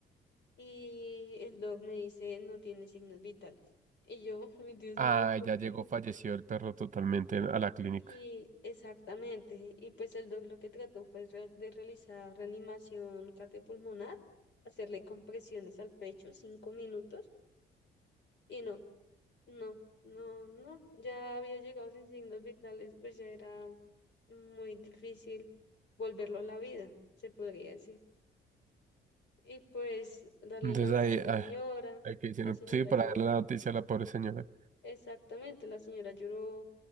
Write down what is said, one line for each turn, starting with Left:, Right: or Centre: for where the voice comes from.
Left: Y el doc me dice, no tiene signos vitales. Y yo, <laughs> ay Dios
Right: Ah,
Left: mío, ¿por
Right: ya
Left: qué?
Right: llegó, falleció el perro totalmente a la clínica.
Left: Y exactamente. Y pues el doc lo que trató fue re- de realizar reanimación cardiopulmonar, hacerle compresiones al pecho cinco minutos. Y no, No, no, no. Ya había llegado sin signos vitales, pues ya era muy difícil volverlo a la vida, se podría decir. Y pues darle
Right: Entonces
Left: la noticia
Right: ahí,
Left: a la
Right: ah,
Left: señora,
Right: hay que decirlo.
Left: la señora
Right: Sí, para
Left: lloró.
Right: darle la noticia a la pobre señora.
Left: Exactamente, la señora lloró.